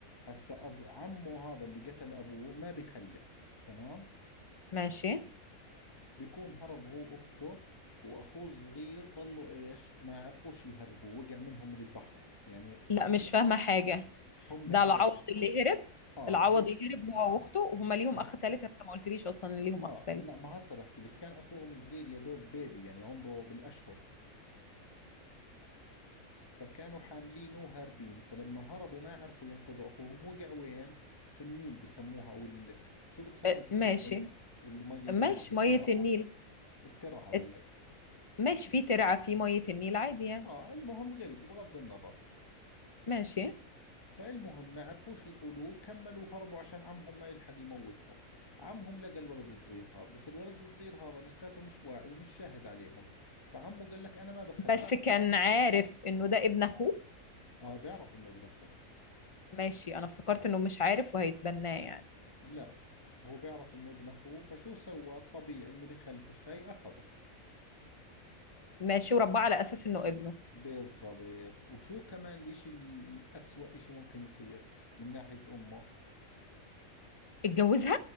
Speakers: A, on the left; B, on the left.
A: هسا ابو عمه هذا اللي قتل ابوه ما بيخلف تمام
B: ماشي
A: بيكون هرب هو واخته واخوه الصغير ظلوا ايش ما عرفوش يهربوا وقع منهم من البحر يعني
B: لا
A: غرق
B: مش فاهمة حاجة
A: هم
B: ده
A: هرب
B: العوض اللي هرب
A: اه
B: العوض
A: هو
B: هرب هو واخته وهما ليهم
A: أيوة.
B: اخ تالت انت ما قلتليش اصلا إن ليهم
A: اه
B: اخ تالت
A: لا ما هسه بحكي لك كان اخوهم صغير يا دوب بيبي يعني عمره بالاشهر فكانوا حاملينه وهاربين فلما هربوا ما عرفوا ينقذوا اخوهم وقع وين في النيل بسموها او ال... شو بتسموها
B: أه،
A: انتوا
B: ماشي
A: المي اللي مي اللي
B: ماشي
A: ماشي الترعه
B: مية النيل
A: الترعه ولا
B: ات- ماشي في ترعة في مية النيل عادي يعني
A: اه المهم غرق بغض النظر
B: ماشي
A: فالمهم ما عرفوش يطولوه كملوا هربوا عشان عمهم ما يلحق يموتهم عمهم لقى الولد الصغير هذا بس الولد الصغير هذا لساته مش واعي ومش شاهد عليهم فعمه قال لك انا ما بخلي
B: بس كان عارف انه ده ابن اخوه
A: اه بيعرف انه ابن اخوه
B: ماشي انا افتكرت انه مش عارف وهيتبناه يعني
A: لا هو بيعرف انه ابن اخوه فشو سوى الطبيعي انه بخلف الشيء اخذه
B: ماشي ورباه على اساس انه ابنه
A: بالضبط وشو كمان الاشي الاسوأ اشي ممكن يصير من ناحية امه
B: اتجوزها